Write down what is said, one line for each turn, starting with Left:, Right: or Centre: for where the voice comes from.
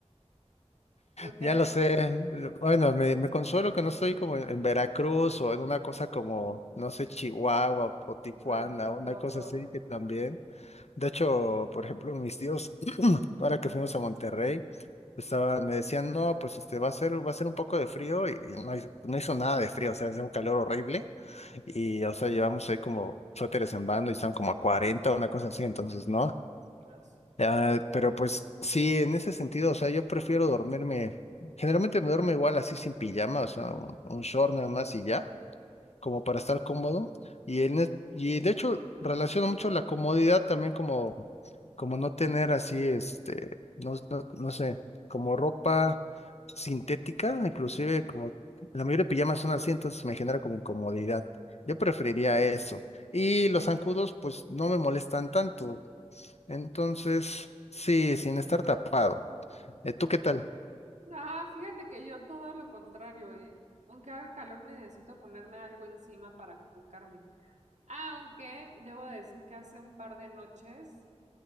Right: Ok.
Left: Ya lo sé. lo- Bueno, me, me consuelo que no estoy como en en Veracruz o en una cosa como, no sé, Chihuahua o Tijuana,
Right: Ay,
Left: una
Right: qué horror.
Left: cosa así que también. De hecho, por ejemplo, mis tíos, <clears throat> ahora que fuimos a Monterrey, estaba, me decían, no, pues este va a ser, va a ser un poco de frío y y no, hi- no hizo nada de frío, o sea, hace un calor horrible. Y, o sea, llevamos ahí como suéteres en bando y estaban como a 40 una cosa así, entonces, ¿no?
Right: Eso.
Left: Ah, pero pues sí, en ese sentido, o sea, yo prefiero dormirme, generalmente me duermo igual así sin pijama, o sea, un, un short nada más y ya, como para estar cómodo. Y, en es- y de hecho relaciono mucho la comodidad también como, como no tener así, este, no, no, no sé, como ropa sintética, inclusive como la mayoría de pijamas son así, entonces me genera como incomodidad. Yo preferiría eso. Y los zancudos, pues no me molestan tanto. Entonces, sí, sin estar tapado. Eh, ¿tú qué tal?
Right: Ah, fíjate que yo todo lo contrario, ¿eh? Aunque haga calor, necesito ponerme algo encima para acurrucarme. Aunque debo decir que hace un par de noches.